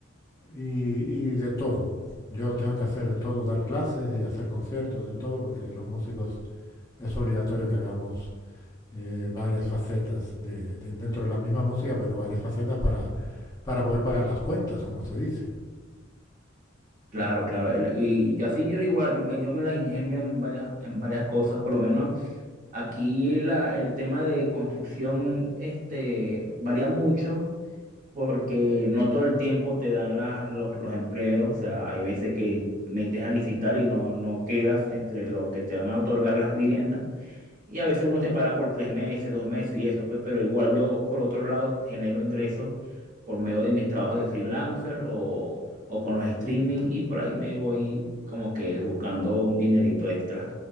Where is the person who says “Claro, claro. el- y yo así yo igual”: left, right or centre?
Right